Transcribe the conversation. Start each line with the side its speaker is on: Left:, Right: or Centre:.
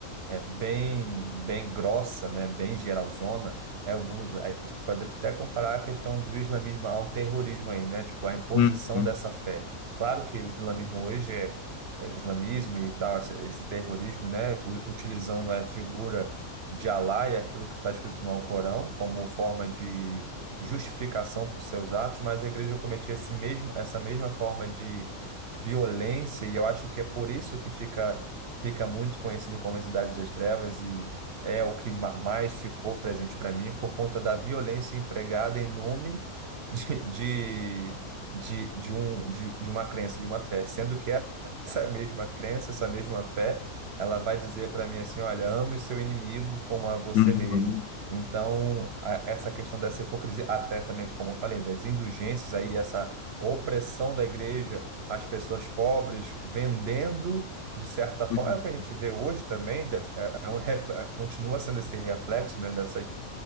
Right: é bem bem grossa, né, bem geralzona, é, o- a gente pode até comparar a questão do islamismo ao terrorismo aí, né, tipo a imposição
Left: Uhum,
Right: dessa fé. Claro que o islamismo hoje é, é islamismo e tal, esse, esse terrorismo, né, u- utilizando a figura de Alá e aquilo que está escrito no Alcorão como forma de justificação para os seus atos, mas a igreja cometia esse mesmo, essa mesma forma de violência, e eu acho que é por isso que fica fica muito conhecido como a Cidade das Trevas e é o que ma- mais ficou presente para mim por conta da violência empregada em nome <laughs> de, de, de, de um, de, de uma crença, de uma fé, sendo que essa mesma crença, essa mesma fé, ela vai dizer para mim assim, olha, ame o seu inimigo como a você
Left: uhum,
Right: mesmo. Então, a- essa questão dessa hipocrisia, até também, como eu falei, das indulgências aí, essa opressão da igreja às pessoas pobres, vendendo de certa forma,
Left: uhum.
Right: é o que a gente vê hoje também, dessa- é um, ref- continua sendo esse reflexo, né, dessas